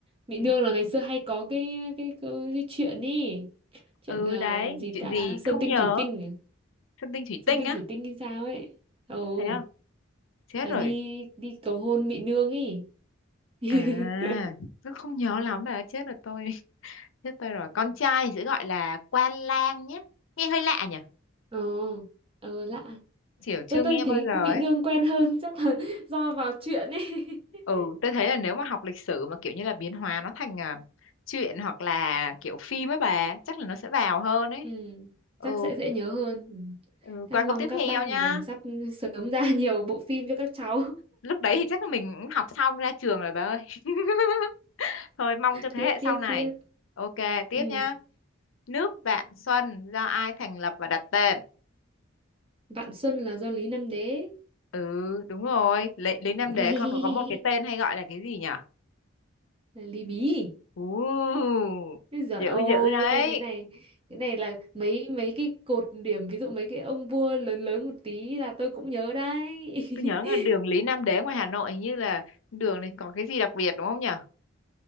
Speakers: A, on the right; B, on the left.
A: Mỹ
B: Vì
A: Nương là
B: con-
A: ngày xưa hay có cái cái, cái, cái chuyện ý, chuyện
B: ừ
A: ờ,
B: đấy
A: gì
B: chuyện
A: ta
B: gì
A: Sơn
B: không
A: Tinh
B: nhớ
A: Thủy Tinh, à?
B: sơn tinh thủy
A: Sơn
B: tinh
A: Tinh
B: á
A: Thủy Tinh hay sao ấy. Ồ,
B: thế không chết
A: là
B: rồi
A: đi đi cầu hôn Mỹ Nương ý. <laughs>
B: à tôi không nhớ lắm bà chết rồi tôi Chết tôi rồi. Con trai thì sẽ gọi là quan lang nhé. Nghe hơi lạ nhỉ?
A: Ồ, ờ, lạ.
B: Kiểu chưa
A: Tôi tôi
B: nghe bao
A: thấy
B: giờ
A: Mỹ
B: ấy.
A: Nương quen hơn chắc là <laughs> do vào chuyện ấy. <laughs>
B: Ừ, tôi thấy là nếu mà học lịch sử mà kiểu như là biến hóa nó thành à, truyện hoặc là kiểu phim ấy bà, chắc là nó sẽ vào hơn ấy.
A: Ừ,
B: Ừ,
A: chắc sẽ dễ nhớ hơn. Ừ.
B: ừ,
A: Em
B: qua câu
A: mong
B: tiếp
A: các
B: theo
A: bác
B: nhá.
A: nhà mình sắp sớm ra <laughs> nhiều bộ phim cho các cháu.
B: Lúc đấy thì chắc là mình cũng học xong ra trường rồi bà ơi. <laughs> Thôi mong cho thế
A: tiếp
B: hệ sau
A: tiếp
B: này.
A: tiếp
B: Ok, tiếp
A: ừ.
B: nhá. Nước Vạn Xuân do ai thành lập và đặt tên?
A: Vạn Xuân là do Lý Nam Đế
B: Ừ, đúng rồi. Lý, Lý Nam
A: <laughs>
B: Đế còn có một cái tên hay gọi là cái gì nhỉ?
A: là Lý Bí
B: Ồ,
A: Úi giời
B: dữ
A: ơi
B: dữ đấy.
A: cái này cái này là mấy mấy cái cột điểm ví dụ mấy cái ông vua lớn lớn một tí là tôi cũng nhớ đấy
B: Tôi nhớ là
A: <laughs>
B: đường Lý Nam Đế ngoài Hà Nội hình như là đường này có cái gì đặc biệt đúng không nhỉ?